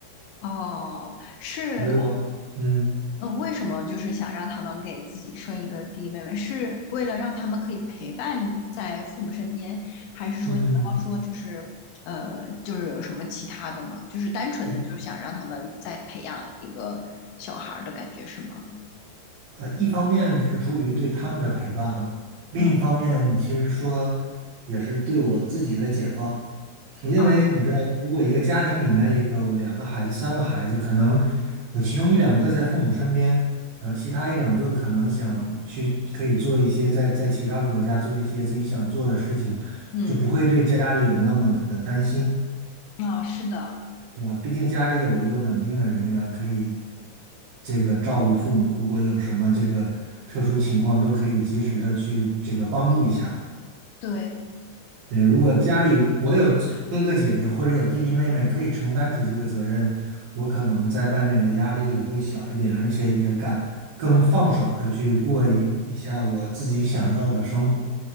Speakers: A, on the left; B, on the right.
A: 哦，是，
B: 对我，嗯
A: 嗯，呃为什么就是想让他们给自己生一个弟弟妹妹？是为了让他们可以陪伴在父母身边，还是说你刚刚说就是呃，
B: 嗯，
A: 就是有什么其他的吗？就是单纯的就想让他们再培养一个小孩儿的感觉是吗？
B: 一呃，一方面是出于对他们的陪伴，另一方面其实说
A: 嗯
B: 也是对我自己的解放。我因为你知道，
A: 啊，
B: 如果一个家庭里面有两个孩子、三个孩子，可能有其中一两个在父母身边，然后其他一两个可能想去可以做一些在在其他国家做一些自己想做的事情，
A: 嗯
B: 就不会对家里有那么的担心。
A: 啊，是的，
B: 对啊，毕竟家里有一个稳定的人员可以这个照顾父母，如果有什么这个特殊情况，都可以及时的去这个帮助一下嘛。
A: 对。
B: 对，如果家里我有哥哥姐姐或者有弟弟妹妹，可以承担起这个责任，我可能在外面的压力也会小一点，而且也敢更放手的去过一一下我自己想要的生活，